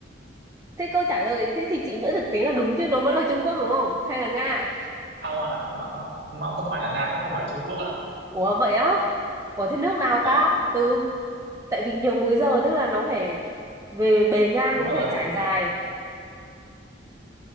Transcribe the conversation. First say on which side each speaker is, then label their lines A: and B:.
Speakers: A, on the right; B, on the right.
A: Thế câu trả lời thế thì chị vẫn thực tế là đúng chứ nó vẫn là Trung Quốc đúng không? Hay là Nga?
B: không ạ nó nó không phải là Nga cũng không phải Trung Quốc ạ
A: Ủa vậy á? Ủa thế nước nào
B: dạ
A: ta? Từ tại vì nhiều múi giờ tức là nó phải về bề ngang
B: đúng
A: nó
B: rồi
A: phải trải dài.